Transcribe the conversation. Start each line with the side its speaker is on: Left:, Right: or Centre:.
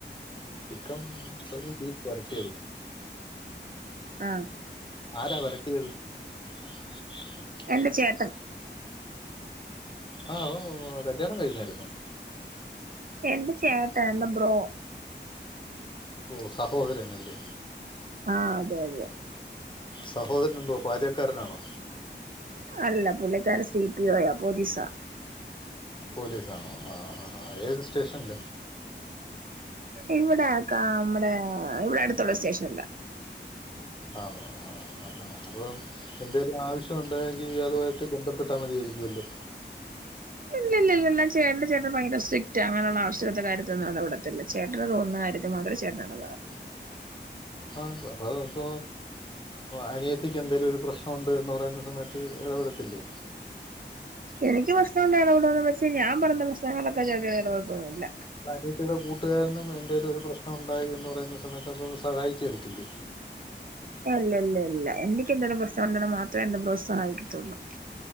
Left: ചിക്കൻ ക ബീഫ് വരട്ടിയത
Right: ആഹ
Left: ആരാ വരട്ടിയത് <inaudible>
Right: എന്റെ ചേട്ടൻ
Left: ആ കല്യാണം കഴിഞ്ഞായിരുന്നോ
Right: എന്റെ ചേട്ടാ എന്റെ ബ്രോ
Left: ഓഹ സഹോദരനൽ ലെ
Right: ആഹ അതെ അതെ
Left: സഹോദരൻ എന്തോ പാചകക്കാരനാണോ
Right: അല്ല പുള്ളിക്കാര സിപഒയ പോലീസാ
Left: പോലീസ്ാണോ ആ ആ ആ ഏത് സ്റ്റേഷനല്ലേ
Right: ഇവിടെക്ക നമ്മടെ ഇവിടെ അടുത്തുള്ള സ്റ്റേഷന ഇല്ല
Left: ആണോ ആ ആ അത എന്തേലും ആവശ്യ ഉണ്ടെങ്കിൽ ഇയാളുമായിട്ട് ബന്ധപ്പെട്ടാ മതിയരിക്കുമല്ലോ
Right: ഇല്ല ഇല്ല എല്ലാം ചേ ചേ ഭയങ്കര സ്ട്രിക്റ്റ് അങ്ങനെയുള്ള ആവശ്യകത്തെ കാര്യൊന്നും അവിടെവിടുത്തില്ല ചേട്ടന തോന്നുന്ന കാര്യത്തിൽ മാത്രൊരു ചേട്ടനതാറള്ളൂ
Left: ആ അപ്പോത്ത അനിയറ്റയ്ക്ക് എന്തേലും ഒരു പ്രശ്നമുണ്ട എന്ന് പറയുന്ന സമയത്ത് ഇടപെടത്തില്ലേ
Right: എനിക്ക് പ്രശ്നം ഉണ്ട് ഇടവിടുന്ന് പക്ഷേ ഞാൻ പറഞ്ഞ പ്രശ്നങ്ങളൊക്കെ ചേട്ടൻ ഇടപെടത്താന്നുല്ല
Left: അനിയത്തിയുടെ കൂട്ടുകാരനും എന്തെേലും ഒരു പ്രശ്നം ഉണ്ടായി എന്ന് പറയുന്ന സമയത്ത് അപ്പ സഹായിച്ചു തരത്തില്ലേ
Right: ല്ല ഇല്ല ഇല്ല എനിക്ക് എന്തേ പ്രശ്നംണ്ട മാത്രമേ എന്നെ ബ്രോ സഹായിക്കാത്തള്ളു